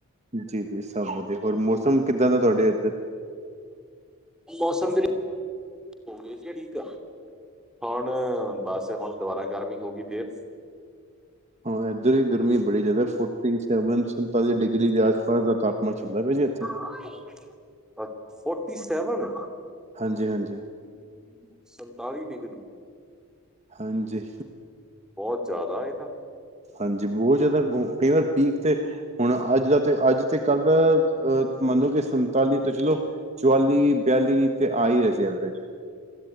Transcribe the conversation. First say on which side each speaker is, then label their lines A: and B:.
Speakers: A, on the right (about 30°); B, in the centre.
A: ਜੀ ਜੀ ਸਭ ਵਧੀਆ, ਹੋਰ ਮੌਸਮ ਕਿੱਦਾਂ ਦਾ ਤੁਹਾਡੇ ਇਧਰ?
B: ਮੋਸਮ ਵੀਰੇ ਔਹਵੇ ਚ ਠੀਕ ਆ। ਹੋਣ ਬਸ ਹੁਣ ਦੁਬਾਰਾ ਗਰਮੀ ਹੋ ਗੀ ਫੇਰ।
A: ਹਾਂ ਐਧਰ ਵੀ ਗਰਮੀ ਬੜੀ ਜਾਦੈ, ਫੋਟੀ-ਸੈਵਨ, ਸੰਤਾਲੀ ਡਿਗਰੀ ਦੇ ਆਸ-ਪਾਸ ਦਾ ਤਾਪਮਾਨ ਚੱਲਦਾ ਪੇ ਜੀ ਐਥੇ।
B: ਹਾਂ, ਉਏ ਅ ਫੋਟੀ ਸੈਵਨ!
A: ਹਾਂਜੀ, ਹਾਂਜੀ।
B: ਸੰਤਾਲੀ ਡਿਗਰੀ
A: ਹਾਂਜੀ
B: ਬੋਹਤ ਜਾਦਾ ਇਹ ਤਾ।
A: ਹਾਂਜੀ ਬਹੁਤ ਜਾਦਾ ਕਈ ਵਾਰ ਪੀਕ ਤੇ ਹੁਣ ਅੱਜ ਦਾ ਤੇ ਅੱਜ ਤੇ ਕੱਲ ਅਹ ਮੰਨੋ ਕਿ ਸੰਤਾਲੀ ਤੋਂ ਚਲੋ ਚੁਵਾਲੀ, ਬਿਆਲੀ ਤੇ ਆ ਹੀ ਰਹੇ ਸੀ ਐਵਰੇਜ।